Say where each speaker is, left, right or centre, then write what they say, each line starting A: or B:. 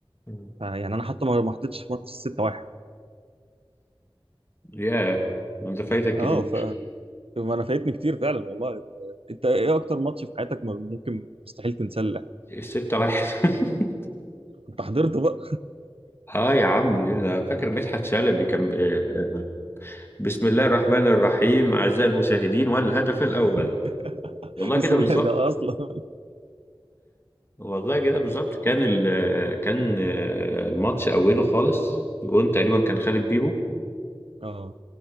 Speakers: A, on the left; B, on the right.
A: مم.
B: يعني انا حتى ما ما حضرتش ماتش 6 1
A: ياه انت فايتك كتير
B: اه ف ما انا فايتني كتير فعلا والله انت إنت ايه اكتر ماتش في حياتك ما ممكن مستحيل تنساه
A: الستة واحد <laughs>
B: انت حضرت بقى
A: اه يا عم أنا فاكر مدحت شلبي كان ب- بسم الله الرحمن الرحيم اعزائي المشاهدين والهدف الاول
B: <laughs>
A: والله
B: بس
A: كده
B: ده,
A: بالظبط
B: ده اصلا
A: والله كده بالظبط كان ال كان آه، الماتش اوله خالص جون تقريبا كان خالد بيبو
B: اه